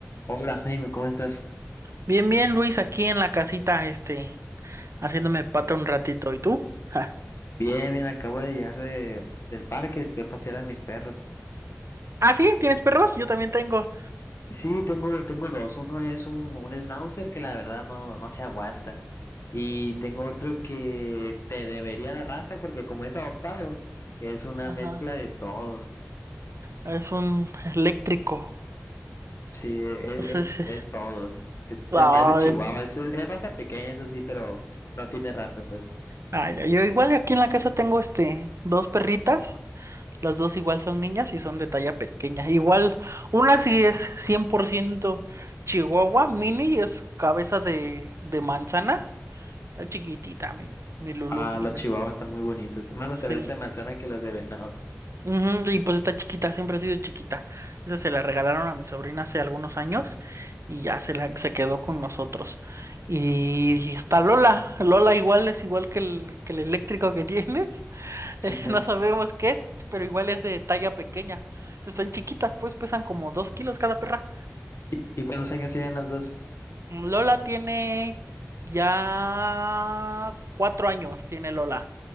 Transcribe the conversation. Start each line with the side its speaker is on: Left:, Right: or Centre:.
Left: Hola Jaime, ¿cómo estás?
Right: Bien, bien, Luis, aquí en la casita, este, haciéndome pata un ratito. ¿Y tú? <laughs>
Left: Bien, bien, acabo de llegar de, del parque, fui a pasear a mis perros.
Right: Ah, sí, ¿tienes perros? Yo también tengo.
Left: Sí, tengo, tengo dos. Uno es un, un schnauzer que la verdad no, no se aguanta. Y tengo otro que te debería la raza porque como es adoptado, es una
Right: Ajá.
Left: mezcla de todos.
Right: Es un eléctrico.
Left: Sí, es,
Right: Sí,
Left: es,
Right: sí.
Left: es todos. Eh, Se
Right: Ay,
Left: parece a Chihuahua, es, es raza pequeña, eso sí, pero no tiene raza, pues.
Right: ay, ay, yo igual aquí en la casa tengo, este, dos perritas. Las dos igual son niñas y son de talla pequeña. Igual, una sí es 100% chihuahua, mini, es cabeza de, de manzana. Está chiquitita mi, mi Lulu.
Left: Ah,
Right: Y
Left: los
Right: ya,
Left: chihuahuas están muy bonitos, más
Right: Sí,
Left: los cabezas de manzana que los de venado.
Right: Ujú, y pues está chiquita, siempre ha sido chiquita. Esa se la regalaron a mi sobrina hace algunos años y ya se la se quedó con nosotros. Y, y está Lola. Lola igual es igual que el, que el eléctrico que tienes. <laughs>
Left: <laughs>
Right: Eh, no sabemos qué es, pero igual es de talla pequeña. Están chiquitas, pues pesan como dos kilos cada perra.
Left: ¿Y, y cuántos años tienen las dos?
Right: Mm, Lola tiene ya cuatro años, tiene Lola.